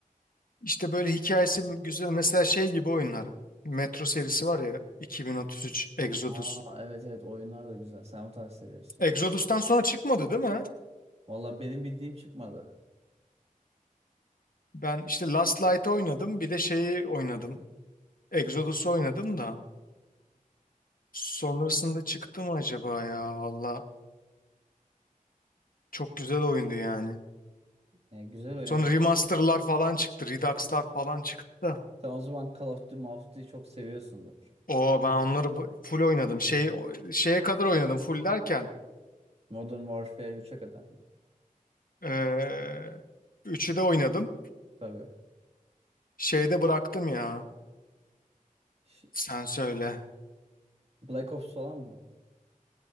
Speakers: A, on the left; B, on the right.
A: işte böyle hikayesi güzel. Mesela şey gibi oyunlar. Metro serisi var ya 2033 Exodus.
B: Aa, evet evet oyunlar da güzel. Sen o tarz seviyorsun.
A: Exodus'tan sonra çıkmadı değil mi?
B: Valla benim bildiğim çıkmadı.
A: Ben işte Last Light'ı oynadım. Bir de şeyi oynadım. Exodus'u oynadım da. Sonrasında çıktı mı acaba ya? Valla çok güzel oyundu yani.
B: Yani güzel oyun.
A: Sonra remaster'lar falan çıktı. Redux'lar falan çıktı da.
B: Sen o zaman Call of Duty, Call of Duty'yi çok seviyorsundur.
A: O ben onları bu- full oynadım. Şey, şeye kadar oynadım full derken.
B: Modern Warfare 3'e kadar mı?
A: eee üçü de oynadım.
B: Tabii.
A: Şeyde bıraktım ya.
B: Ş-
A: Sen söyle.
B: Black Ops falan mı?